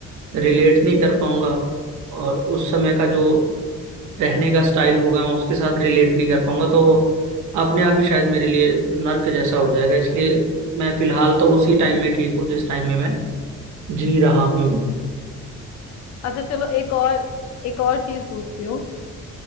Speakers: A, on the right; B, on the left.
A: रिलेट नहीं कर पाऊंगा और उस समय का जो रहने का स्टाइल होगा मैं उसके साथ रिलेट नहीं कर पाऊंगा तो वो अपने आप ही शायद मेरे लिए नर्क जैसा हो जाएगा इसलिए मैं फिलहाल तो उसी टाइम में ठीक हूँ जिस टाइम में मैं जी रहा हूँ
B: अच्छा चलो एक और एक और चीज पूछती हूँ